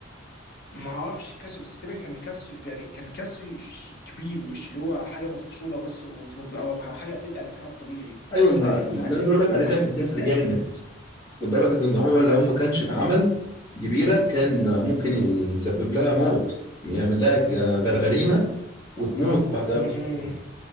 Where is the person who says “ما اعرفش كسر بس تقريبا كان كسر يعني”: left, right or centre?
Left